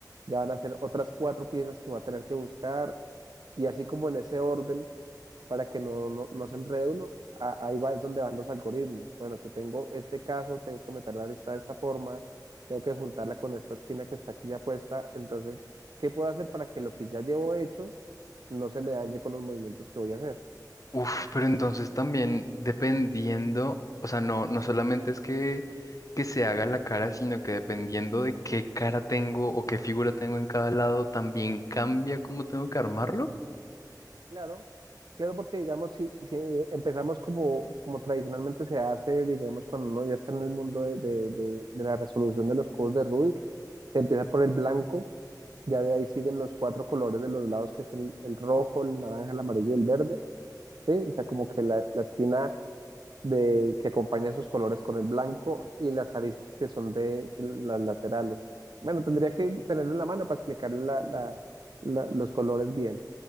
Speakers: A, on the right; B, on the left.
A: ya van a ser otras cuatro piezas que va a tener que buscar y así como en ese orden para que no, no, no se enrede uno, a- ahí va, es donde van los algoritmos. Bueno, si tengo este caso, tengo que meter la lista de esta forma, tengo que juntarla con esta esquina que está aquí ya puesta, entonces, ¿qué puedo hacer para que lo que ya llevo hecho no se me dañe con los movimientos que voy a hacer.
B: Uf, pero entonces también dependiendo, o sea, no, no solamente es que, que se haga la cara, sino que dependiendo de qué cara tengo o qué figura tengo en cada lado, también cambia cómo tengo que armarlo.
A: Claro, claro, porque digamos, si, si empezamos como, como tradicionalmente se hace, digamos, cuando uno ya está en el mundo de, de- de- de la resolución de los cubos de Rubik, se empieza por el blanco, ya de ahí siguen los cuatro colores de los lados, que es el, el rojo, el naranja, el amarillo y el verde, ¿sí? O sea, como que la, la esquina de, que acompaña esos colores con el blanco y las aristas que son de las laterales. Bueno, tendría que tenerlo en la mano para explicarle la, la- la- los colores bien.